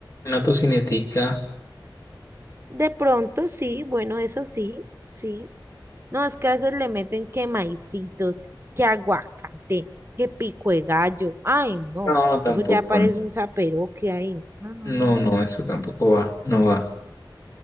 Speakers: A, on the left; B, on the right.
A: Una tocinetica,
B: De pronto sí, bueno, eso sí, sí. No, es que a veces le meten que maicitos, que aguacate, que pico de gallo. Ay, no.
A: no, tampoco.
B: Luego ya parece
A: no.
B: un que ahí. No, no,
A: No,
B: no.
A: no, eso tampoco va, no va.